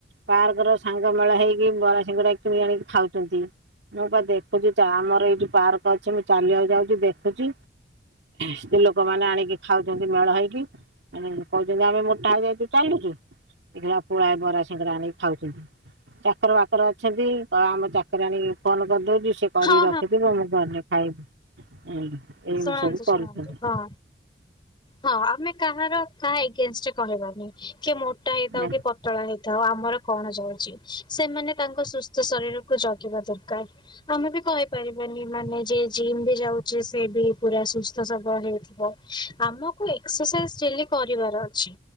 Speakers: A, on the right; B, on the left.
A: ପାର୍କ ର ସାଙ୍ଗ ମେଳ ହେଇକି ବରା ସିଙ୍ଗଡା କିଣି ଆଣିକି ଖାଉଛନ୍ତି ମୁଁ କ ଦେଖୁଛି ଆମର ଏଇ ଯଉ ପାର୍କ ଅଛି ମୁଁ ଚାଲିବାକୁ ଯାଉଛି ଦେଖୁଛି ସ୍ତ୍ରୀ ଲୋକମାନେ ଆଣିକି ଖାଉଛନ୍ତି ମେଳ ହେଇକି। କହୁଛନ୍ତି ଆମେ ମୋଟା ହୋଇଛୁ ଚାଲୁଛୁ ଏ ପୋଳା ବରା ସିଙ୍ଗଡା ଆଣିକି ଖାଉଛନ୍ତି ଚାକର ବାକର ଅଛନ୍ତି ଆମ ଚାକିରିଣି ଆଣିକି ଫୋନ କରିଦଉଛି ସେ କରି
B: ହଁ
A: ରଖିଥିବ ମୁଁ ଘରେ ଖାଇବି। ଏମିତି ଏମିତି
B: ଶୁଣାନ୍ତୁ
A: ସବୁ କରୁଛନ୍ତି।
B: ଶୁଣାନ୍ତୁ ହଁ ହଁ ଆମେ କାହାର କାହା ଏଗେଷ୍ଟ କହିବାନି। କି ମୋଟା ହେଇଥାଉ
A: ନା
B: କି ପତଳା ହେଇଥାଉ ଆମର କଣ ଯାଉଛି ସେମାନେ ତାଙ୍କ ସୁସ୍ଥ ଶରୀରକୁ ଜଗିବା ଦରକାର ଆମେ ବି କହିପାରିବାନି ମାନେ ଯ ଜିମ୍ ବି ଯାଉଛି ସେ ବି ପୁରା ସୁସ୍ ହେଇଥିବ ଆମକୁ ଏକ୍ସରସାଇଜ ଡେ କରିବାର ଅଛି